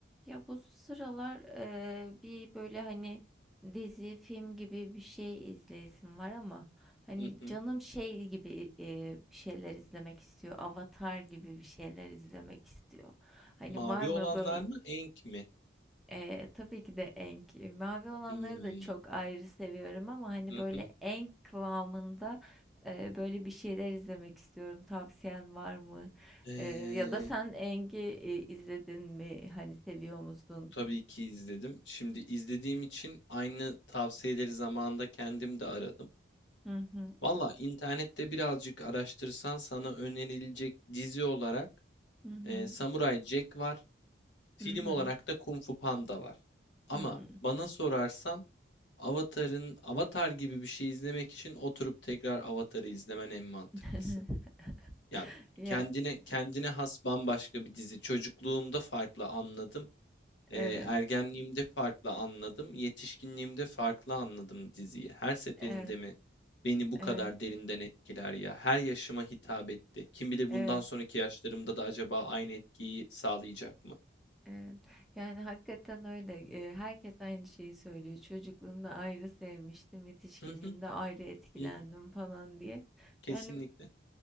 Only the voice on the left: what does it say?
Hı hı.
Mavi
olanlar
mı? Enk mi?
Hmm.
Hı
hı.
Ee,
tabii ki izledim. Şimdi izlediğim için aynı tavsiyeleri zamanında kendim de aradım.
Valla internette birazcık araştırsan sana önerilecek dizi olarak
e, Samurai Jack var. Film
olarak da Kung Fu Panda var. Ama
bana sorarsan Avatar'ın Avatar gibi bir şey izlemek için oturup tekrar Avatar'ı izlemen en mantıklısı.
Ya
kendine kendine has bambaşka bir dizi. Çocukluğumda farklı anladım. Ee,
ergenliğimde farklı anladım. Yetişkinliğimde farklı anladım diziyi. Her seferinde
mi beni bu
kadar derinden etkiler ya? Her yaşıma hitap etti. Kim bilir
bundan sonraki yaşlarımda da acaba aynı etkiyi sağlayacak mı?
Hı hı,
hı hı,
kesinlikle.